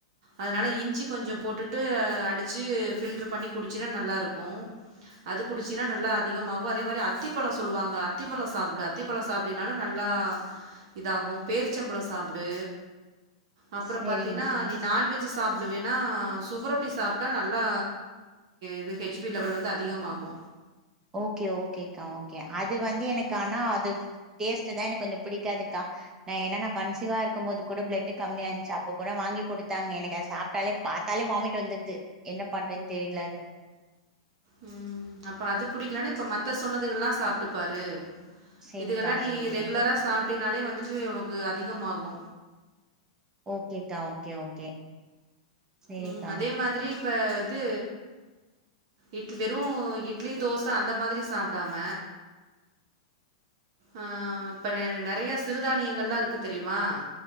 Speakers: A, on the right; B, on the right.
A: அதனால இஞ்சி கொஞ்சோ போட்டுட்டு அடிச்சு ஃபில்ட்ரு பண்ணி குடிச்சின்னா நல்லாருக்கு அது குடிச்சின்னா நல்லா அதிகமாகு அதே மாரி அத்திப்பழோ சொல்லுவாங்க அத்திப்பழோ சாப்புடு அத்திப்பழோ சாப்டினாலோ நல்லா இதாகு பேரிச்சம்பழோ சாப்டு அப்றோ
B: சேரிங்க்கா
A: பாத்தீன்னா நீ நான்வெஜ் சாப்டு வேண்ணா சுவரொட்டி சாட்ப்டா நல்லா இது ஹெச் பி லெவல் வந்து அதிகமாகு
B: ஓகே ஓகேக்கா ஓகே அது வந்து எனக்கு ஆனா அது டேஸ்ட்டுதா எனக்கு கொஞ்சோ பிடிக்காதுக்கா நா ஏன்னா நா கன்சிவா இருக்கும்போது கூட பிளட் கம்மியா இருந்துச்சு அப்ப கூட வாங்கி குடுத்தாங்க எனக்கு அத சாப்டாலே பாத்தாலே வாமிட் வந்துடுது என்ன பண்றதுன்னு தெரியல அது
A: உம் அப்ப அது புடிக்கலனா இப்ப மத்த சொன்னதுகள்லா சாப்ட்டு பாரு
B: சேரிக்கா
A: இதுகள்லா நீ
B: சேரி சார்
A: ரெகுலரா சாப்ட்டினாலே வந்துட்டு உனக்கு அதிகமாகு
B: ஓகேக்கா ஓகே ஓகே சேரிக்கா
A: உம் அதே மாதிரி இப்ப இது இட் வெறு இட்லி தோச அந்த மாதிரி சாப்புடாம அஹ் இப்ப நெ நெறைய சிறுதானியங்கள்லா இருக்கு தெரியுமா